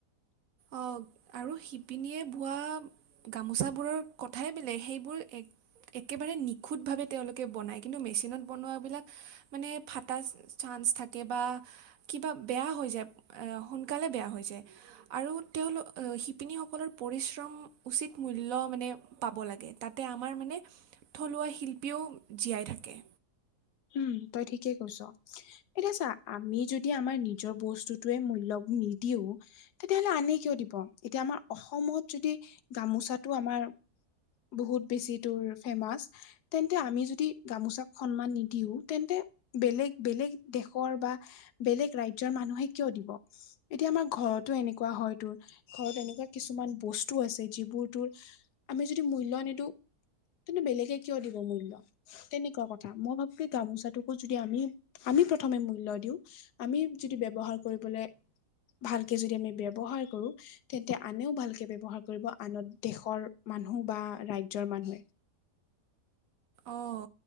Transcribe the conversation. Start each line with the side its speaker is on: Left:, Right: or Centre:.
Right: অঁ আৰু শিপিনীয়ে বোৱা। গামোচাবোৰৰ কথাই বেলেগ সেইবোৰ এক,,, একেবাৰে নিখুঁতভাৱে তেওঁলোকে বনায় কিন্তু মেচিনত বনোৱাবিলাক,, মানে ফাটা চাঞ্চ থাকে বা,,, কিবা বেয়া হৈ যায় এ সোনকালে বেয়া হৈ যায়। আৰু তেওঁলোক আ শিপিনীসকলৰ পৰিশ্ৰম। উচিত মূল্য মানে পাব লাগে তাতে আমাৰ মানে,,, থলুৱা শিল্পীও জীয়াই থাকে।
Left: উমঁ তই ঠিকেই কৈছ। এতিয়া ছা আমি যদি আমাৰ নিজৰ বস্তুটয়ে মূল্য নিদিওঁ। তেতিয়াহলে আনে কিয় দিব এতিয়া আমাৰ অসমত যদি,,, গামোচাতটো আমাৰ বহুত বেছি দূৰ ফেমাচ তেন্তে আমি যদি,,,, গামোচাক সন্মান নিদিও তেন্তে বেলেগ বেলেগ দেশৰ বা,,, বেলেগ ৰাজ্যৰ মানুহে কিয় দিব। এতিয়া আমাৰ ঘৰতো এনেকুৱা হয় তোৰ ঘৰত এনেকুৱা কিছুমান বস্তু আছে যিবোৰ তোৰ,,, আমি যদি মূল্য নিদিওঁ কিন্তু বেলেগে কিয় দিব মূল্য। তেনেকুৱা কথা মই ভাবো কি গামোচাটোকো যদি আমি আমি প্ৰথমে মূল্য দিওঁ। আমি যদি ব্যৱহাৰ কৰিবলৈ ভালকে যদি আমি ব্যৱ্হাৰ কৰো। তেন্তে আনেও ভালকে ব্যৱহাৰ কৰিব আন দেশৰ মানুহ বা ৰাজ্যৰ মানুহে।
Right: অঁ